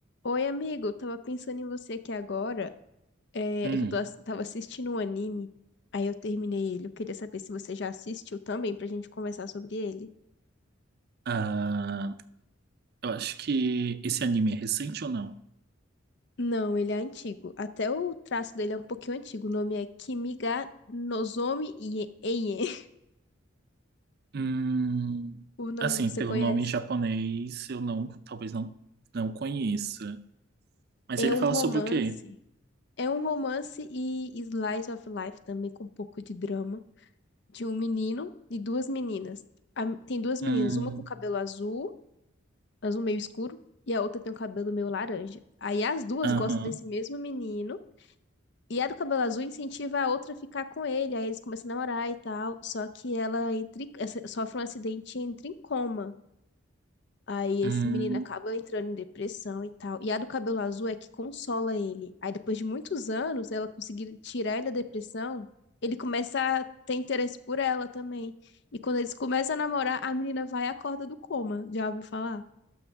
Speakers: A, on the left; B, on the right.
A: Oi, amigo, eu tava pensando em você aqui agora. É,
B: Hum,
A: é que eu tô ass- tava assistindo um anime, aí eu terminei ele. Eu queria saber se você já assistiu também pra gente conversar sobre ele.
B: ah, eu acho que esse anime é recente ou não?
A: Não, ele é antigo. Até o traço dele é um pouquinho antigo. O nome é Kimiga Nozomi Ie- Eien. <laughs>
B: Hum,
A: O nome
B: assim,
A: você
B: pelo
A: conhece?
B: nome em japonês, eu não, talvez não, não conheça. Mas
A: É
B: ele
A: um
B: fala
A: romance.
B: sobre o quê?
A: É um romance e slice of life também com um pouco de drama de um menino e duas meninas. A- tem duas meninas,
B: Hum,
A: uma com cabelo azul. azul meio escuro, e a outra tem um cabelo meio laranja. Aí as duas
B: aham,
A: gostam desse mesmo menino, e a do cabelo azul incentiva a outra a ficar com ele, aí eles começam a namorar e tal, só que ela entra, em- essa- sofre um acidente e entra em coma. Aí esse
B: hum,
A: menino acaba entrando em depressão e tal. E a do cabelo azul é que consola ele. Aí depois de muitos anos, ela conseguir tirar ele da depressão, ele começa a ter interesse por ela também. E quando eles começam a namorar, a menina vai e acorda do coma. Já ouviu falar?